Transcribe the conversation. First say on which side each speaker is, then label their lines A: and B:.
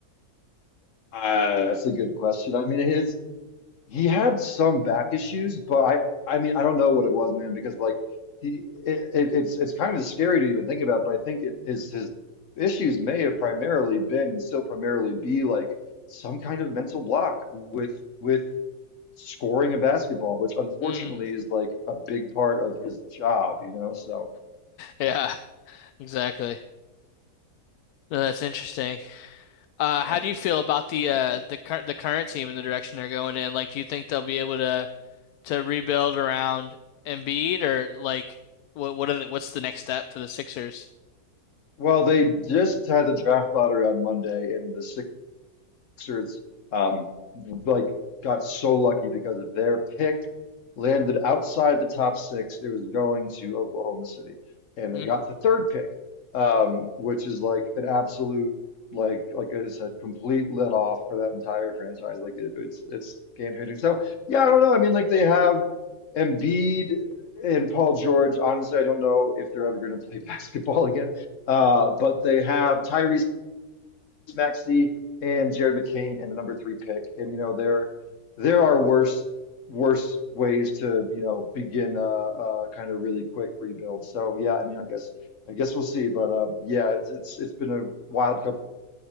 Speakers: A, on the left (about 55°); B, on the left (about 75°).
A: Uh, that's a good question. I mean, his He had some back issues, but I I mean I don't know what it was, man, because like he it, it it's it's kind of scary to even think about, but I think it is his issues may have primarily been and still primarily be like some kind of mental block with with scoring a basketball, which unfortunately
B: Hmm.
A: is like a big part of his job, you know? So,
B: yeah, exactly. No, that's interesting. Uh,
A: yeah.
B: how do you feel about the uh
A: Yeah.
B: the cur the current team and the direction they're going in? Like, do you think they'll be able to? to rebuild around Embiid or like what what are the, what's the next step for the Sixers?
A: Well, they just had the draft lottery on Monday, and the Sixers um, like got so lucky because of their pick landed outside the top six. It was going to Oklahoma City, and
B: Mm.
A: they got the third pick, um, which is like an absolute like like I said, complete let off for that entire franchise. Like it, it's it's game changing. So yeah, I don't know. I mean, like they have Embiid and Paul George. Honestly, I don't know if they're ever going to play <laughs> basketball again. Uh, but they have Tyrese. Maxey and Jared McCain and the number three pick. And you know there there are worse worse ways to you know begin a, a kind of really quick rebuild. So yeah, I mean I guess I guess we'll see. But um, yeah, it's, it's it's been a wild couple